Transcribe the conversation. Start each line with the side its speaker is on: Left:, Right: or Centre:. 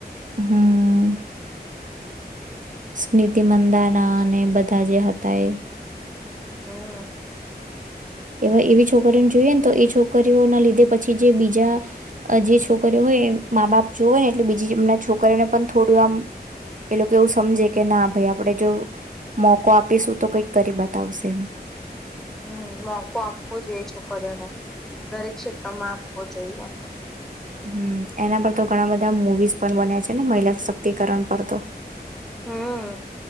Right: હમ નીતિ મંદાના
Centre: એવું છે
Right: અને બધા જે હતા એ
Centre: હમ
Right: એવા એવી છોકરીઓને જોઈએ ને તો એ છોકરીઓના લીધે પછી જે બીજા જે છોકરીઓ હોય એ મા બાપ જોવે ને એટલે
Centre: હમ
Right: બીજી એમના છોકરીઓને પણ થોડું આમ એ લોકો એવું સમજે કે ના ભઈ આપણે જો મોકો આપીશું તો કઈક કરી બતાવશે એમ
Centre: હમ મોકો આપવો જોઈએ છોકરીઓને દરેક ક્ષેત્રમાં આપવો જોઈએ.
Right: હમ એના પર તો ઘણા બધા મુવીઝ પણ બનયા છે ને મહિલા શક્તિકરણ પર તો
Centre: હમ